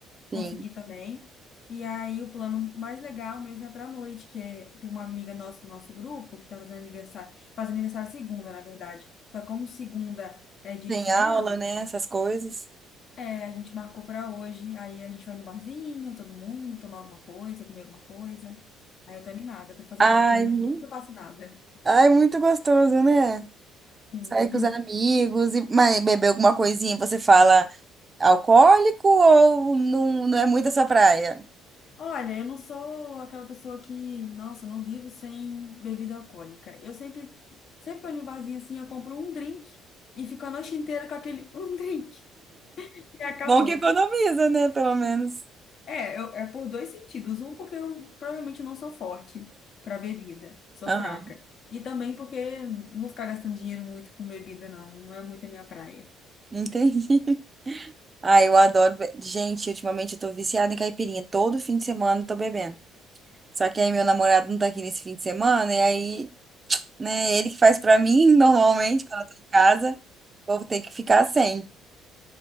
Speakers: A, on the left (about 60°); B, on the right (about 25°).
A: consegui
B: Sim.
A: também. E aí, o plano mais legal mesmo é para noite, que é, tem uma amiga nossa do nosso grupo que está fazendo aniversário, faz aniversário segunda, na verdade. Só que como segunda é dia
B: Tem
A: de semana,
B: aula, né? Essas coisas.
A: é, a gente marcou pra hoje. Aí a gente vai no barzinho, todo mundo, tomar alguma coisa, comer alguma coisa. Aí eu tô animada pra fazer
B: Ai,
A: alguma coisa,
B: mu-
A: mas eu não faço nada.
B: ai, muito gostoso, né?
A: Sim.
B: Sair com os amigos
A: <laughs>
B: e mas beber alguma coisinha, você fala alcoólico ou não, não é muito a sua praia?
A: Olha, eu não sou aquela pessoa que, nossa, não vivo sem bebida alcoólica. Eu sempre, sempre que eu vou no barzinho assim, eu compro um drink e fico a noite inteira com aquele <laughs> um drink. E acabou.
B: Bom que economiza, né? Pelo menos.
A: É, eu- é por dois sentidos. Um, porque eu provavelmente não sou forte para bebida, sou
B: Aham,
A: fraca. E também porque não vou ficar gastando dinheiro muito com bebida, não. Não é muito a minha praia.
B: entendi. <laughs> Ai, eu adoro. be- Gente, ultimamente eu tô viciada em caipirinha. Todo fim de semana eu tô bebendo. Só que aí meu namorado não tá aqui nesse fim de semana, e aí, né, ele que faz pra mim <laughs> normalmente quando eu tô em casa, vou ter que ficar sem.